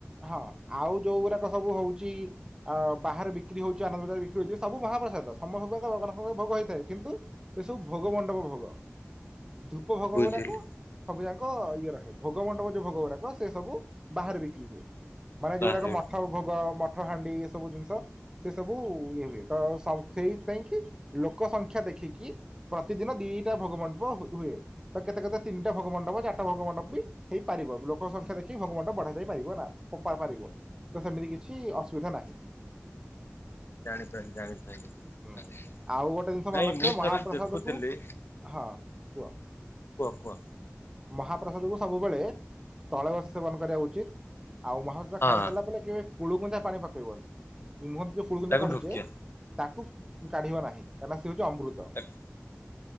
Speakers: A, on the right (about 15°); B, on the left (about 50°).
A: ହଁ ଆଉ ଯୋଉ ଗୁରାକ ସବୁ ହଉଚି ଆ ବାହାରେ ବିକ୍ରି ହଉଛି ଆନନ୍ଦ ବଜାରରେ ବିକ୍ରି ହଉଚି ସବୁ ମହାପ୍ରସାଦ ସମସ୍ତ <unintelligible> ଭୋଗ ହେଇଥାଏ। କିନ୍ତୁ ଏସବୁ ଭୋଗ ମଣ୍ଡପ ଭୋଗ। ଧୂପ ଭୋଗ
B: ବୁଝିଲି
A: ଗୁଡାକ ସବୁ ଯାକ ଇଏ ରହେ, ଭୋଗ ମଣ୍ଡପ ଯୋଉ ଭୋଗ ଗୁରାକ ସେ ସବୁ ବାହାରେ ବିକ୍ରି ହୁଏ। ମାନେ
B: ବାହାରେ
A: ଯୋଉରାକ ମଠ
B: ହୁଁ
A: ଭୋଗ ମଠ ହାଣ୍ଡି ଏସବୁ ଜିନିଷ। ସେ ସବୁ ଇଏ ହୁଏ। ତ ସେଇପାଇଁକି ଲୋକ ସଂଖ୍ୟା ଦେଖିକି ପ୍ରତିଦିନ ଦିଟା ଭୋଗମଣ୍ଡପ ହୁ ହୁଏ। ତ କେତେ କେତେ ତିନିଟା ଭଗମଣ୍ଡପ ଚାରିଟା ଭୋଗ ମଣ୍ଡପ ବି ହେଇପାରିବ ଲୋକଙ୍କ ସଂଖ୍ୟା ଦେଖି ଭଗମଣ୍ଡପ ବଢା ଯାଇ ପାରିବ ନା ପାରିବ ତ ସେମିତି କିଛି ଅ ନାହିଁ।
B: ଜାଣି ଜାଣିପାରିଲି ଜାଣିପାରିଲି,
A: ହୁଁ। ଆଉ ଗୋଟେ ଜିନିଷ ମନେ
B: ନାଇଁ
A: ରଖିବ
B: ମୁଁ
A: ମହାପ୍ରସାଦ
B: ଥରେ ଦେଖୁଥିଲି
A: କୁ ହଁ କୁହ।
B: କୁଅ କୁଅ?
A: ମହାପ୍ରସାଦକୁ ସବୁବେଳେ ତଳେ ବସି ସେବନ କରିବା ଉଚିତ ଆଉ ମହାପ୍ରସାଦ
B: ହଁ
A: ଖାଇସାରିଲା ପରେ କେ କୁଳୁକୁଞ୍ଚା ପାଣି ପକେଇବନି ମୁହଁରୁ ଯୋଉ କୁଳୁକୁଞ୍ଚା
B: ତାକୁ
A: କାଢ଼ୁଚେ
B: ଢୋକିଆ
A: ତାକୁ କାଢିବ ନାହିଁ କାହିଁନା ସେ ହୋଉଚି ଅମୃତ।
B: ତାକୁ